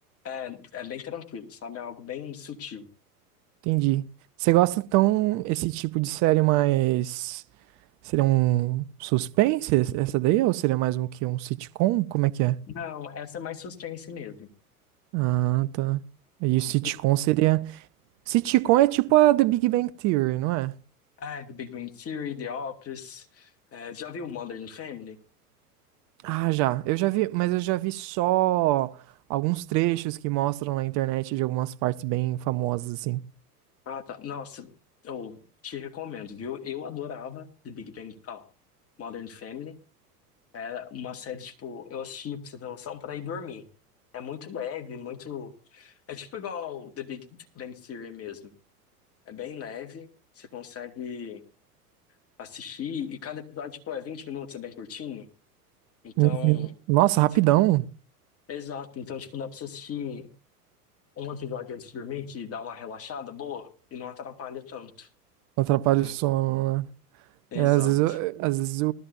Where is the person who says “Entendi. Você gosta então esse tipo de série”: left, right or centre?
Right